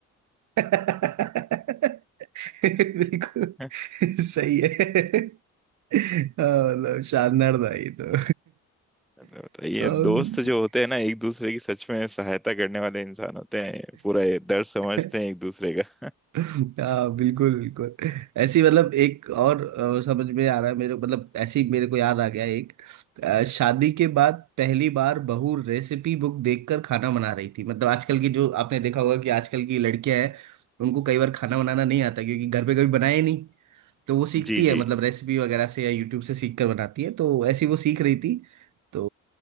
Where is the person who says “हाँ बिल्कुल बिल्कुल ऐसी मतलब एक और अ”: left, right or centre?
Right